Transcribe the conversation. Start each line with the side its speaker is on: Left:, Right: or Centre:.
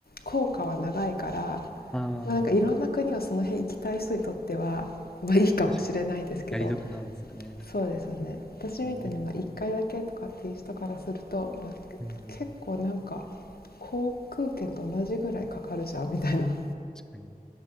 Left: 効果は長いから、
Centre: ああ、
Left: まあ、なんかいろんな国をその辺行きたい人にとっては、まあ、いいかもしれないですけど
Centre: 確かにやり得なんですね。
Left: そうですよね私みたいにまあ1回だけとかっていう人からするとわ
Centre: うんうん。
Left: 結構なんか航空券と同じぐらいかかるじゃんみたいな
Centre: 確かに。